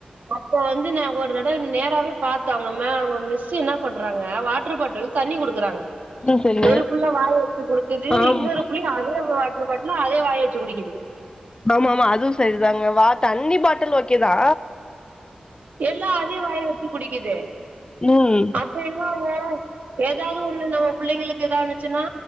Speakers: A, on the right; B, on the left.
A: அப்ப வந்து நா ஒரு தடவை நேராவே பார்த்தே அவங்க மே அவுங்க மிஸ் என்ன பண்றாங்க வாட்டர் பாட்டில் தண்ணி கொடுக்குறாங்க
B: ம் சரிங்க.
A: ஒரு புள்ள வாய் வச்சு கொடுக்குது
B: ஆம்.
A: இன்னொரு புள்ளியூ அதே வாட்டர் பாட்டல்ல அதே வாய வச்சு குடிக்குது
B: ஆமா ஆமா அதுவூ சரிதாங்க வா தண்ணி பாட்டில் ஓகேதா
A: எல்லா அதே வாயேவச்சு குடிக்குது
B: ம்.
A: அப்ப என்ன என்ன ஓ எதாவது ஒன்னு நம்ம பிள்ளைங்களுக்கு ஏதாந்ச்சுன்னா